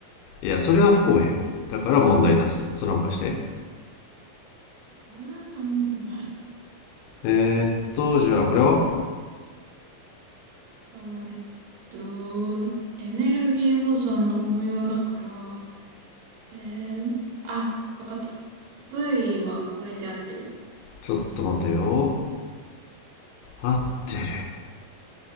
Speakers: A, on the left; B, on the right.
A: いや、それは不公平。だから問題出す。その他して。
B: うんうんはい。
A: えーっと、じゃあこれは
B: あーえっと、エネルギー保存の応用だから、えー、あ、わかった。V はこれで合ってる。
A: ちょっと待てよ。合ってる。